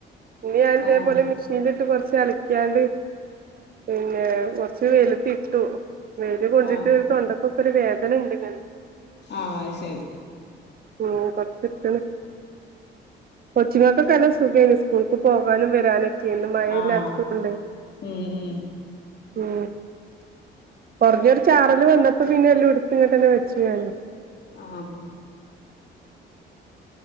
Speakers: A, on the right; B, on the left.
A: തുണി ഞാനിതേ
B: ആഹ്
A: പോലെ മെഷീനില് ഇട്ട് കൊറ ച്ചലക്ക്യാണ്ട് പിന്നെ കൊറച്ച് വെയിലത്തിട്ടു വെയില് കൊണ്ടിട്ട്
B: ആഹ്
A: തൊണ്ട ക്കൊക്കൊരു വേദന ഉണ്ട് ഇങ്ങനെ
B: ആഹ് അത് ശെരി
A: ആഹ് കൊറച്ചിട്ട് കൊച്ചിങ്ങക്കൊക്കെ എല്ലാം സുഖേയ്ന് സ്കൂൾക്ക് പോകാനും വരാനും <unintelligible> മഴയില്ലാത്തത്
B: ആഹ്
A: കൊണ്ടെയ്
B: ഉം ഉം
A: ഉം കൊർഞ്ഞൊരു ചാറല് വന്നപ്പൊപിന്നെ എല്ലോഎടുത്ത് ഇങ്ങട്ടന്നെ വെച്ച് ഞാന്
B: ആഹ്